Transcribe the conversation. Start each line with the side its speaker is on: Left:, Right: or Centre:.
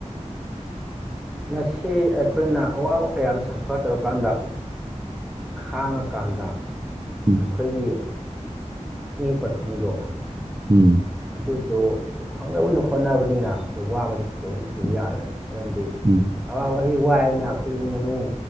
Centre: ꯃꯁꯤ ꯑꯩꯈꯣꯏꯅ ꯑꯋꯥꯕ ꯀꯌꯥꯗ ꯁꯐꯔ ꯇꯧꯔꯀꯥꯟꯗ ꯈꯥꯡꯉꯀꯥꯟꯗ
Right: ꯎꯝ
Centre: ꯑꯩꯈꯣꯏꯒꯤ ꯃꯤ ꯄꯊꯨꯡꯗꯣ
Right: ꯎꯝ
Centre: ꯑꯗꯨꯗꯣ ꯑꯩꯈꯣꯏ ꯐꯪꯅꯕꯒꯤꯅ ꯍꯣꯠꯅꯕꯅꯤꯅ ꯑꯩꯈꯣꯏ ꯋꯥꯕꯗꯤ ꯊꯨꯗꯣꯛꯅ ꯊꯤꯕ ꯌꯥꯗ꯭ꯔꯦ ꯃꯔꯝꯗꯤ
Right: ꯎꯝ
Centre: ꯑꯋꯥ ꯑꯩ ꯋꯥꯏꯅ ꯑꯩꯈꯣꯏ ꯏꯃꯨꯡ ꯃꯅꯨꯡ